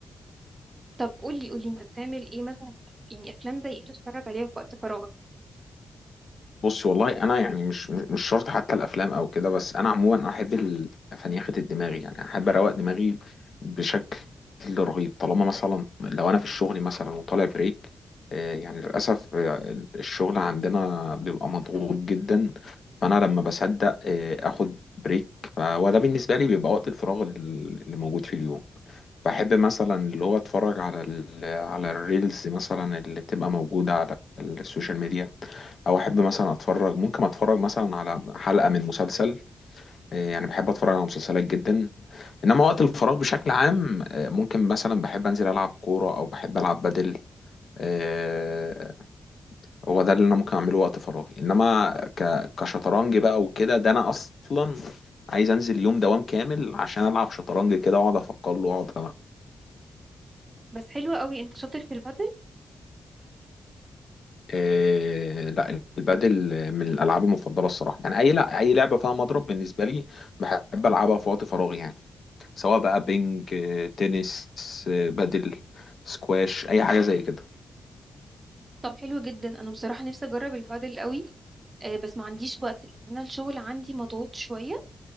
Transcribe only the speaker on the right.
طب قولي قولي انت بتعمل ايه مثلا يعني افلام زي ايه بتتفرج عليها في وقت فراغك
بس حلو قوي انت شاطر في البدل
طب حلو جدا انا بصراحه نفسي اجرب البادل قوي آه، بس ما عنديش وقت لأن انا الشغل عندي مضغوط شويه